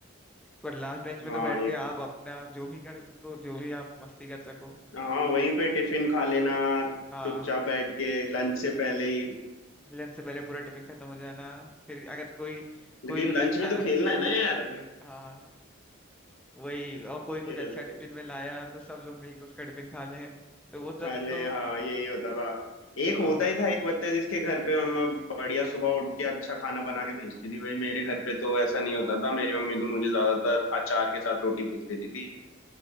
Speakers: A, in the centre; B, on the left.
A: पर लास्ट बेंच पे
B: हाँ
A: तो बैठ
B: ये
A: के आप अपना जो भी कर सको जो भी आप मस्ती कर सको
B: हाँ
A: तो
B: वहीं पे टिफिन खा लेना
A: हाँ
B: चुपचाप बैठ के लंच से पहले ही
A: लंच से पहले पूरा टिफिन खत्म हो जाना फिर अगर कोई कोई
B: लेकिन लंच
A: कुछ अच्छा
B: में तो खेलना है ना यार
A: हाँ वही और कोई कुछ
B: ये
A: अच्छा
B: रहता
A: टिफिन
B: था
A: में लाया तो सब लोग मिलके उसका टिफिन खा लें तो वो सब
B: खा ले
A: तो
B: हाँ यही होता था एक होता
A: ओ,
B: ही था एक बच्चा जिसके घर पे मम्मा बढ़िया सुबह उठ के अच्छा खाना बना के भेजती थी भाई मेरे घर पे तो ऐसा नहीं होता था मेरी मम्मी तो मुझे ज्यादातर अचार के साथ रोटी भेज देती थी